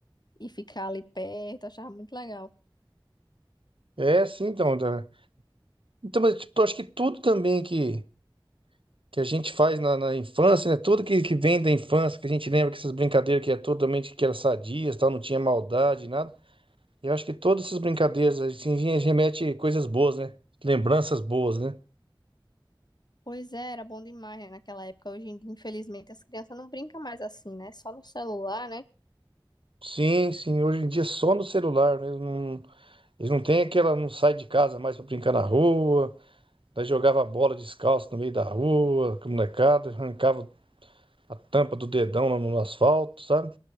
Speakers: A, on the left; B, on the right.
A: e ficar ali perto, achava muito legal.
B: É, sim, então. da- Então, mas, tipo, eu acho que tudo também que, que a gente faz na, na infância, né? Tudo que, que vem da infância, que a gente lembra que essas brincadeiras que era totalmente que era sadias, tal, não tinha maldade, nada. Eu acho que todas essas brincadeiras, assim, re- remete coisas boas, né? Lembranças boas, né?
A: Pois é, era bom demais, né, naquela época. Hoje em dia, infelizmente, as crianças não brincam mais assim, né? Só no celular, né?
B: Sim, sim, hoje em dia é só no celular mesmo. Eles não têm aquela, não sai de casa mais pra brincar na rua. Nós jogava bola descalço no meio da rua, com a molecada, arrancava a tampa do dedão lá no asfalto, sabe?